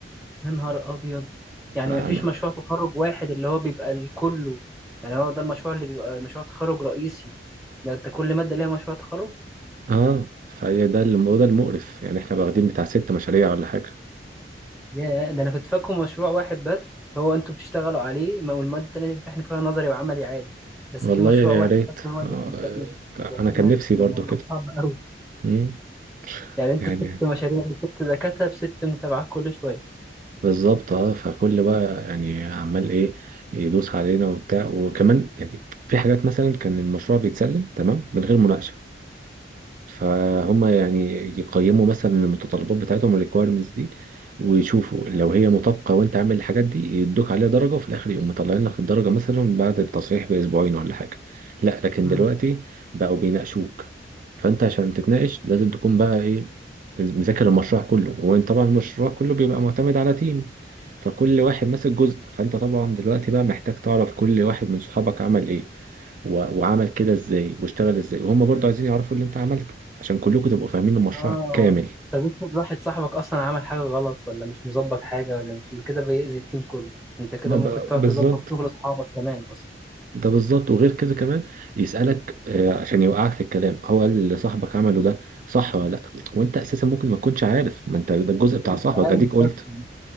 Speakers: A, in the centre; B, on the right (about 45°).
A: يا نهار أبيض يعني
B: فانا
A: ما فيش مشروع تخرج واحد اللي هو بيبقى لكله يعني هو ده المشروع اللي بيبقى مشروع تخرج رئيسي ده أنت كل مادة ليها مشروع تخرج
B: اه فهي ده الم- ده المقرف يعني احنا واخدين بتاع ست مشاريع ولا حاجة
A: يا ده انا كنت فاكره مشروع واحد بس هو انتوا بتشتغلوا عليه ما- والمواد التانية بتمتحنوا فيها نظري وعملي عادي بس
B: والله
A: في مشروع
B: يا
A: واحد
B: ريت
A: بس هو اللي
B: آه،
A: بتمتحنوا فيه
B: انا
A: ده ايه
B: كان
A: ده
B: نفسي
A: ده
B: برضو
A: الموضوع
B: كده
A: صعب قوي
B: مم.
A: يعني انت
B: يعني
A: ست مشاريع بست دكاترة بست متابعات كل شوية
B: بالظبط اه فكل بقى يعني عمال ايه يدوس علينا وبتاع وكمان يعني في حاجات مثلا كان المشروع بيتسلم تمام من غير مناقشة فهم يعني يقيموا مثلا المتطلبات بتاعتهم الريكويرمنتس دي ويشوفوا لو هي مطابقة وانت عامل الحاجات دي يدوك عليها درجة وفي الآخر يقوم مطلعين لك الدرجة مثلا بعد التصحيح بأسبوعين ولا حاجة لا لكن
A: امم
B: دلوقتي بقوا بيناقشوك فانت عشان تتناقش لازم تكون بقى ايه مذاكر المشروع كله وانت طبعا المشروع كله بيبقى معتمد على تيم فكل واحد ماسك جزء فانت طبعا دلوقتي بقى محتاج تعرف كل واحد من صحابك عمل ايه و- وعمل كده ازاي واشتغل ازاي وهم برضو عايزين يعرفوا اللي انت عملته عشان كلكم تبقوا فاهمين المشروع
A: اه
B: كامل
A: طب افرض واحد صاحبك اصلا عمل حاجة غلط ولا مش مظبط حاجة ولا مش كده بيأذي التيم كله انت كده
B: ما ب-
A: ممكن تقعد
B: بالظبط
A: تظبط شغل اصحابك كمان اصلا
B: ده بالظبط وغير كده كمان يسألك آه، عشان يوقعك في الكلام هو اللي صاحبك عمله ده صح ولا لا وانت اساسا ممكن ما تكونش عارف ما انت ده الجزء بتاع
A: مش
B: صاحبك
A: عارف
B: اديك قلت
A: أصلاً.